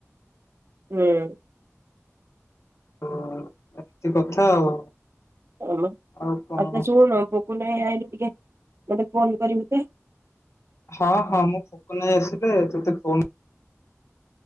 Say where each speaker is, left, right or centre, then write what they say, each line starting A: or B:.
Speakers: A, on the right; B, on the left.
A: ହୁଁ
B: ହ ଏମିତି କଥା ଆଉ
A: କଣ ଲ
B: ଆଉ କଣ
A: ଆଛା ଶୁଣୁ ପକୁନ୍ ଭାଇ ଆଇଲେ ଟିକେ ଗୋଟେ ଫୋନ୍ କରିମି ତେ
B: ହଁ ହଁ ମୁଁ ଫୋକ ନେଇ ଆସିଲେ ତତେ ଫୋନ୍